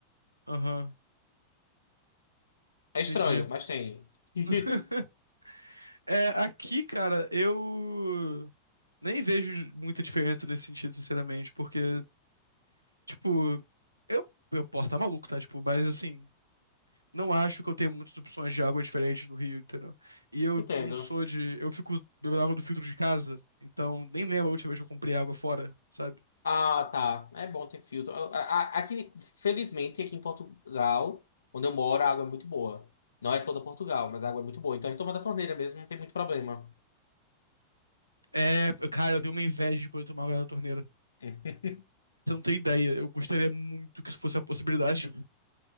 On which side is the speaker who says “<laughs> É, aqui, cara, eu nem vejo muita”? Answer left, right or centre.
Right